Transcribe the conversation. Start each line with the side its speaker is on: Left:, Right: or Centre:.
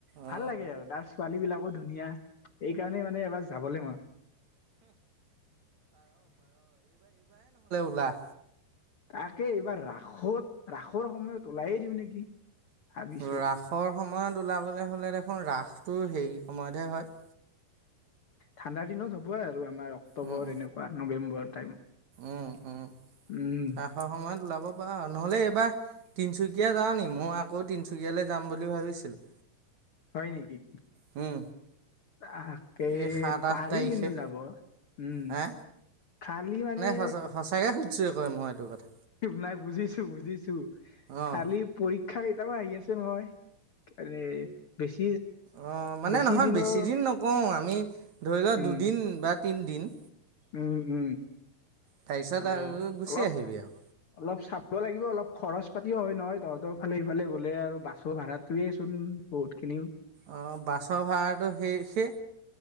Right: অ
Left: ভাল লাগে আৰু তাৰ ছোৱালী বিলাকো ধুনীয়া সেইকাৰণে মানে এবাৰ যাবলৈ ম আৰু
Right: লাহ
Left: তাকে এইবাৰ ৰাসত ৰাসৰ সময়ত ওলাইে দিওঁ নেকি ভাবিছো
Right: ৰাসৰ সময়ত ওলাবলৈ হ'লে দেখোন ৰাসটো হেৰি সময়তহে হয়
Left: ঠাণ্ডাৰ দিনত হ'ব আৰু আমাৰ অক্টোবৰ
Right: উম
Left: এনেকুৱা নৱেম্বৰ টাইমত
Right: উম উম
Left: উম
Right: আশৰ সময়ত ওলাব পাৰা নহ'লে এইবাৰ তিনিচুকীয়া যা নি মই আকৌ তিনিচুকীয়ালৈ যাম বুলি ভাবিছিলোঁ
Left: হয় নেকি
Right: উম
Left: তাকে
Right: এই সাত
Left: পাৰি
Right: আঠ তাৰিখে
Left: কিন্তু যাব উম
Right: হা
Left: খালী মানে
Right: সঁচা সঁচাকৈ সুধিছোঁ আকৌ মই এইটো কথা
Left: নাই বুজিছোঁ বুজিছোঁ
Right: অঁ
Left: খালি প শিক্ষা কেইটাও আহি আছে নহয় এনে বেছি
Right: অ মানে
Left: বেছি
Right: নহয়
Left: দিনৰ
Right: বেছিদিন নকওঁ আমি ধৰি লোৱা
Left: উম
Right: দুদিন বা তিনিদিন
Left: উম উম
Right: তাৰপিছত
Left: অ
Right: গুচি
Left: অলপ
Right: আহিবি আৰু
Left: অলপ চ দিব লাগিব অলপ খৰচ পাতিও হয় নহয় তহঁতৰ ফালে সফালে গলে আৰু বাছো ভাড়াত তাকোৱেচোন বহুতখিনি
Right: অ বাছৰ ভাড়াটো সেই সেই